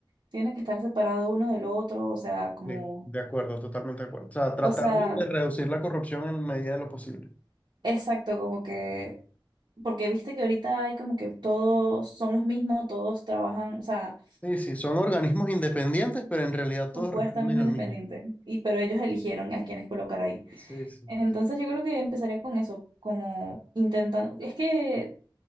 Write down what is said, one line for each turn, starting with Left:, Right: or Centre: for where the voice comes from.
Right: tiene que estar separado uno del otro, o sea, como,
Left: Sí, de acuerdo, totalmente de acuerdo. O sea, tratar
Right: o sea,
Left: de reducir la corrupción en medida de lo posible.
Right: exacto, como que, porque viste que ahorita hay como que todos son los mismos, todos trabajan, o sea,
Left: Sí, sí, son organismos independientes, pero en realidad todos
Right: supuestamente
Left: responden
Right: independientes,
Left: al mismo.
Right: y pero ellos eligieron a quienes colocar ahí.
Left: Sí, sí.
Right: Entonces yo creo que empezaría con eso, como intentando, es que